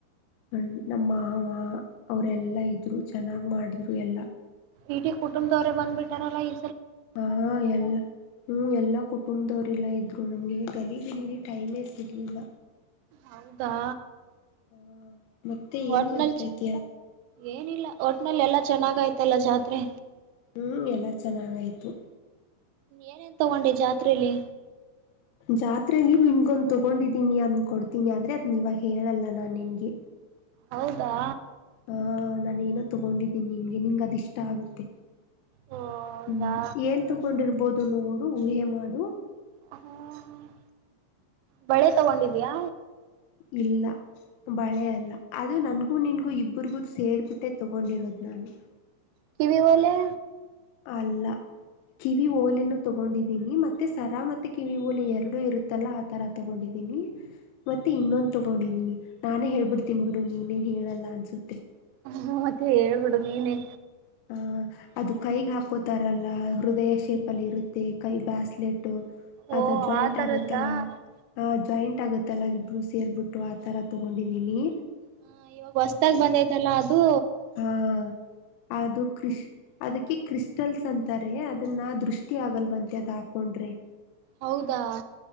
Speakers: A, on the left (about 80°); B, on the right (about 85°).
A: ಹ ನಮ್ಮ ಮಾವ ಅವ್ರೆಲ್ಲಾ ಇದ್ರು ಚೆನ್ನಾಗ್ ಮಾಡೂದ್ರು ಎಲ್ಲಾ.
B: ಇಡೀ ಕುಟುಂಬದವ್ರೇ ಬಂದ್ಬ ಬಿಟ್ಟಾರಲ್ಲ ಇ
A: ಹಾ ಎಲ್ಲ ಹ್ಮ ಎಲ್ಲಾ ಕುಟುಂಬದವ ಲ್ಲ ಇದ್ರು ನಮ್ಗೆ ಗಲಿಬಿಲಿಲಿ ಟೈಮೇ ಸಿಗ್ಲಿಲ್ಲ.
B: ಹೌದಾ
A: ಹಾ ಮತ್ತೆ ಏನ್
B: ಒಟ್ನಲ್ಲಿ
A: ಮಾಡ್ತ ಇದೀಯಾ?
B: ಏನಿಲ್ಲ ಒಟ್ನಲ್ಲಿ ಎಲ್ಲಾ ಚೆನ್ನಾಗಯ್ತಲ್ಲ ಜಾತ್ರೆ?
A: ಹ್ಮ್ ಎಲ್ಲಾ ಚೆನ್ನಾಗಯ್ತು.
B: ಏನೆನ್ ತಗೊಂಡೆ ಜಾತ್ರೆಲೀ?
A: ಜಾತ್ರೆಯಲ್ಲಿ ನಿನ್ಗೊಂದು ತಗೊಂಡಿದ್ದೀನಿ ಅದ ಕೊಡ್ತೀನಿ ಆದ್ರೆ ಅದನ ಇವಾಗ ಹೇಳಲ್ಲ ನಾ ನಿನ್ಗೆ.
B: ಹೌದಾ
A: ಹಾ ನಾನ ಏನೋ ತಗೊಂಡಿದ್ದೀನಿ ನಿಮಗೆ ನಿಂಗ ಅದ ಇಷ್ಟ ಆಗುತ್ತೆ.
B: ಹೌದಾ
A: ಹ್ಮ್ ಏನ್ ತಕೊಂಡಿರ್ಬೋದು? ನೋಡು ಊಹೆ ಮಾಡು.
B: ಹ್ಮ ಬಳೆ ತಗೊಂಡಿದ್ಯಾ?
A: ಇಲ್ಲ ಬಳೆ ಅಲ್ಲ ಅದು ನನ್ಗೂ ನನ್ಗೂ ಇಬ್ಬ್ರಗೂ ಸೇರ್ಬಿಟ್ಟೆ ತೊಗೊಂಡಿರೋದು ನಾನು
B: ಕಿವಿ ಓಲೆ
A: ಅಲ್ಲ ಕಿವಿ ಓಲೆನು ತಗೊಂಡಿದ್ದೀನಿ ಮತ್ತೆ ಸರಾ ಮತ್ತೆ ಕಿವಿ ಓಲೆ ಎರಡು ಇರುತ್ತಲ್ಲ ಆತರ ತಗೊಂಡಿದ್ದೀನಿ ಮತ್ತೆ ಇನ್ನೊಂದು ತಗೊಂಡಿದೀನಿ ನಾನೇ ಹೇಳ್ಬಿಡ್ ತಿನ್ಬಿಡು ನೀನೇನ್ ಹೇಳಲ್ಲ ಅನ್ಸುತ್ತೆ
B: ಹ್ಮ ಮತ್ತೆ ಹೇಳ್ಬಿಡು ನೀನೇ
A: ಆ ಅದು ಕೈಗೆ ಹಾಕೋತಾರಲ್ಲ ಹೃದಯ ಶೇಪ್ ಅಲ್ಲಿ ಇರುತ್ತೆ ಕೈ ಬಾಸ್ಲೆಟ್ ಟು
B: ಓ
A: ಅದು ಜಾಯಿಂಟ್
B: ಆ ತರದ್ದ
A: ಆಗುತ್ತಲ
B: ಹ
A: ಆ ಜಾಯಿಂಟ್ ಟ್ಟಗುತ್ತಲ್ಲ ಇಬ್ರು ಸೇರ್ಬಿಟ್ಟು ಆತರ ತೊಗೊಂಡಿದೀನಿ
B: ಹಾ ಇವಾಗ ಹೊಸದಾಗ ಬಂದೈತಲ್ಲ ಅದು
A: ಆ ಅದು ಕ್ರಿಶ್ ಅದಕ್ಕೆ ಕ್ರಿಸ್ಟಲ್ಸ್ ಅಂತಾರೆ ಅದನ್ನಾ ದೃಷ್ಟಿ ಆಗಲ್ವಂತೆ ಅದ್ ಹಾಕೊಂಡ್ರೆ
B: ಹೌದಾ